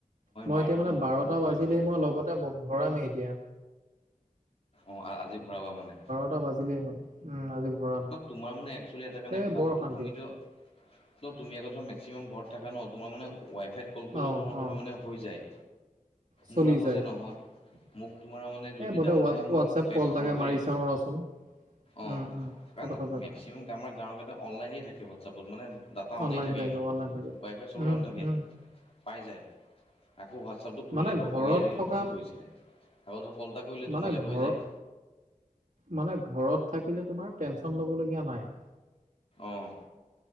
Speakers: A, on the right; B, on the left.
A: মই
B: মাৰটোতো
A: এতিয়া মানে
B: মোৰটোতো
A: বাৰটা
B: ভৰাই
A: বাজিলেই
B: থ'ব লাগিব
A: মই লগতে ভৰামেই এতিয়া।
B: অ' আজি ভৰাবা মানে?
A: টা বাজিলেই হ'ল। উম, আজি ভৰাম।
B: না তোমাৰ মানে একচুৱেলি এটা কাৰণে
A: এই
B: ভাল,
A: বৰ অশান্তি,
B: কি তুমিতো ন' তুমি আকৌ মেক্সিমাম ঘৰত থাকা ন' তোমাৰ মানে ৱাইফাইত কল কৰিলেওটো
A: অ',
B: তোমাৰ তুমি
A: অ',
B: মানে হৈ যায়,
A: চলি
B: মোৰ আকৌ
A: যায়।
B: যে নহয়। মোক তোমাৰ মানে যদি
A: এ বোলে
B: দাম
A: হোৱা-হোৱাটছএপ
B: বাঢ়ে মই পেগ
A: কল এটাকে
B: ভৰাবই
A: মাৰি
B: লাগিব,
A: চাওঁ ৰচোন,
B: অ'।
A: উম, উম,
B: কাৰণ
A: সেইটো সঁচা
B: মেক্সিমাম
A: কথা।
B: আমাৰ গাঁৱৰকেইটা অনলাইনেই থাকে হোৱাটছএপত মানে ডাটা অননেই
A: অনলাইন
B: থাকে ইহঁতৰ,
A: অনলাইন থাকে,
B: প্ৰাই চবৰে
A: উম,
B: অন থাকে।
A: উম,
B: পাই যায়, আকো হোৱাটছএপটো খুলিলে
A: মানে
B: ধৰ
A: ঘৰত
B: অ' ইয়ে
A: থকা
B: ফোন কৰিছিলে। আকো ধৰ কল এটা কৰিলে
A: মানে
B: তোমালে হৈ
A: ঘৰ
B: যায়।
A: মানে ঘৰত থাকিলে তোমাৰ টেনচন ল'ব লগীয়া নাই।
B: অঁ